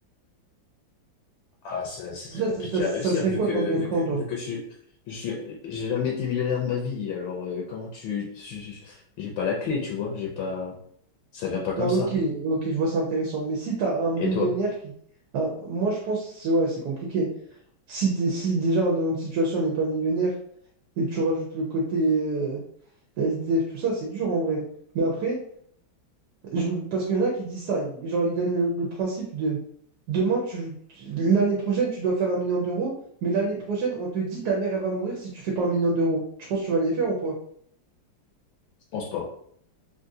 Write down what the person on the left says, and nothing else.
Ah, ça- c'est très
compliqué
à réussir
vu
que
vu
que
vu que je suis je suis j'ai jamais été millionnaire de ma vie. Alors euh, comment tu, tu- tu- j'ai pas la clé, tu vois, j'ai pas ça vient pas comme
ça.
Et toi?
Je pense pas.